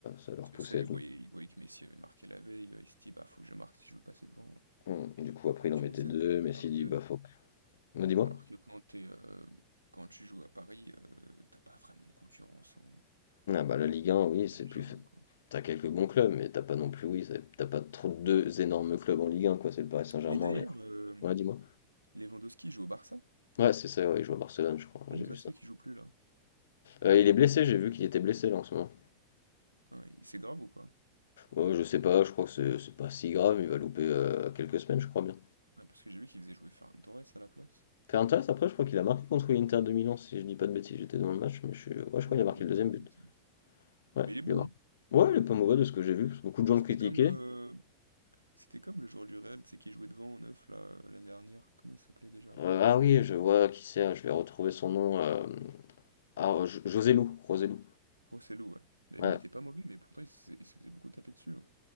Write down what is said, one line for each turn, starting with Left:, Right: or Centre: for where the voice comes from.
Left: ça leur
Right: C'est
Left: poussait.
Right: Ça, ils voyaient, ils voyaient que Messi avait marqué la veille. euh, Ils se disaient, bah, faut que je marque si je veux passer devant. euh,
Left: Hum, Du coup, après,
Right: Une concurrence
Left: il en mettait
Right: saine.
Left: deux. Messi
Right: Alors que,
Left: dit, bah faut. que- Non, dis-moi.
Right: alors que quand t'es, euh, quand tu joues à Paris, euh, t'as pas vraiment de concurrence. hein.
Left: Ah bah
Right: C'est
Left: la Ligue 1, oui,
Right: très
Left: c'est
Right: légèrement,
Left: plus. fa-
Right: quoi.
Left: T'as quelques bons clubs, mais t'as pas non plus, oui, c'est- t'as pas trop deux énormes clubs en Ligue 1, quoi. C'est le Paris Saint-Germain.
Right: Mais d'ailleurs,
Left: et-
Right: euh,
Left: Ouais, dis-moi.
Right: Lewandowski joue au Barça.
Left: Ouais, c'est ça. Ouais, il joue à Barcelone, je crois.
Right: Comment
Left: hein, J'ai
Right: ça
Left: vu ça.
Right: se fait qu'il joue plus là?
Left: Euh, il est blessé. J'ai vu qu'il était blessé là en ce moment.
Right: Hein, et c'est grave ou pas?
Left: Euh, je sais pas. Je crois que c'est c'est pas si grave. Il va louper euh, quelques semaines, je crois bien.
Right: Ah, parce que j'ai vu qu'il faisait jouer Ferran Torres à la place.
Left: Fernandes après je crois qu'il a marqué contre l'Inter de Milan si je dis pas de bêtises, j'étais dans le match mais je suis- ouais je crois
Right: Oui,
Left: qu'il
Right: oui,
Left: a marqué
Right: il a marqué,
Left: le deuxième but.
Right: il me semble.
Left: Ouais,
Right: Mais il est bon,
Left: il a marqué.
Right: hein.
Left: Ouais, il est pas mauvais de ce que j'ai vu, parce que beaucoup de gens
Right: C'était
Left: le critiquaient.
Right: comme, euh, c'était comme le joueur du Real, tu sais, qui jouait devant en neuf, là, euh, l'année dernière. Comment il s'appelait déjà?
Left: Heu, ah oui, je vois qui c'est, je vais retrouver son nom, hem, ah, heu, Jo José Joselu.
Right: Rosselló, ouais. Mais
Left: Ouais.
Right: lui, il était pas mauvais, mais pourtant, il se, il se faisait beaucoup taper dessus. hein.